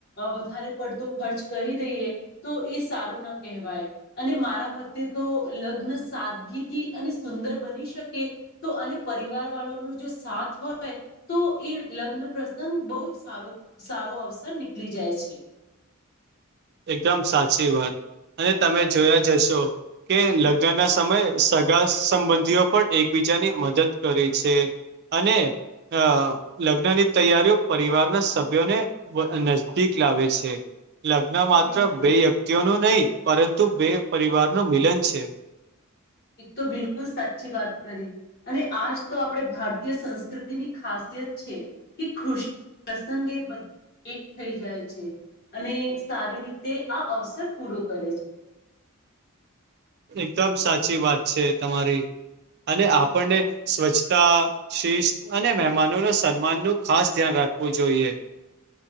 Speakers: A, on the left; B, on the right.
A: વધારે પડતો ખર્ચ કરી દઈએ તો એ સારું ના કહેવાય અને મારા. તે તો લગ્ન સાદગીથી અને સુંદર બની શકે તો અને પરિવાર વાળો. જો સાથ હોય તો એ લગ્ન પ્રસંગ બહ જ સારો સારો આવશે. <unintelligible> નીકળી જાય છે.
B: એકદમ સાચી વાત અને તમે જોયા જશો. કે લગ્ન ના સમય સગા સંબંધ. પણ એકબીજાની મદદ કરે છે, અને અ. લગ્ન ની તૈયારીઓ પરિવારના સભ્યોને નજદીક લાવે છે માત્ર
A: બિલકુલ
B: બે વ્યક્તિઓનું નહીં પરંતુ બે પરિવારનું મિલન છે.
A: એક તો બિલકુલ સાચી વાત કરી અને આજ તો આપણે ભારતીય સંસ્કૃતિની ખાસ. છે, કે કૃષિ પ્રસંગ એ <unintelligible> એક થઈ જાય છે, અને સારી રીતે આ અવસર પૂરો કરે છે.
B: એકદમ સાચી વાત છે, તમારી. અને આપણને સ્વચ્છતા શિસ્ત અને મહેમાનો ન સન્માન નું ખાસ ધ્યાન રાખ રાખવું જોઈએ.